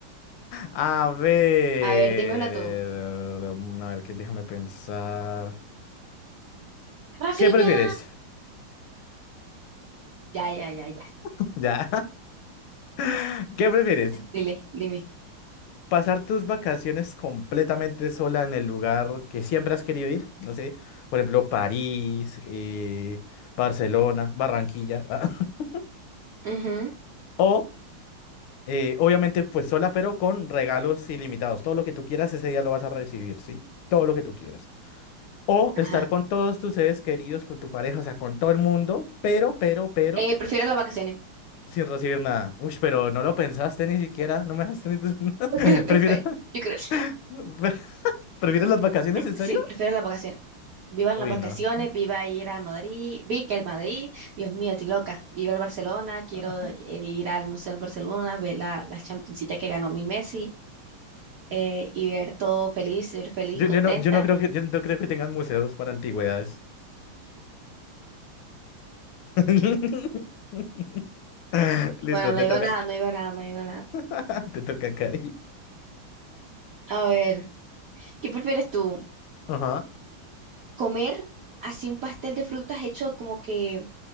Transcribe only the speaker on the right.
A ver, dime una tú.
Rafiña.
Ya, ya, ya, ya.
Dile, dime.
Ujú,
Ajá.
Eh, prefiero las vacaciones.
<laughs> Pre- pre-
pre- Yo creo,
pre-
sí,
prefiero las vacaciones. Vivan
las vacaciones,
viva ir a Madrid, vi que el Madrid, Dios mío, estoy loca. Viva el Barcelona, quiero
eh, ir al Museo del Barcelona, ver la, la Championcita que ganó mi Messi eh, y ver todo feliz, ser feliz,
contenta.
Bueno, no
digo
nada, no digo nada, no digo nada.
A ver, ¿qué prefieres tú?
¿Comer así un pastel de frutas hecho como que